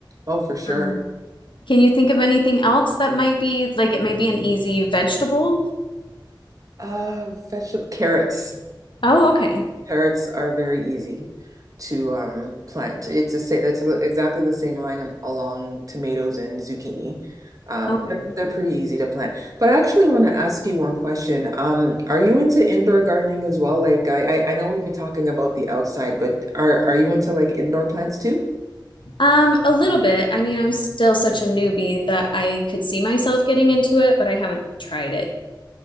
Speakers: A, on the right; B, on the left.
A: Oh, for sure.
B: Um, can you think of anything else that might be like it may be an easy vegetable?
A: Uh, vegetable carrots.
B: Oh, okay.
A: Carrots are very easy to um, plant. It's a, sa- it's a- exactly the same line along tomatoes and zucchini. Um,
B: Okay.
A: they're, they're pretty easy to plant. But I actually want to ask you one question. Um, are you into indoor gardening as well? Like I, I, I know we've been talking about the outside, but are are you into like indoor plants too?
B: Um, a little bit. I mean, I'm still such a newbie that I could see myself getting into it, but I haven't tried it.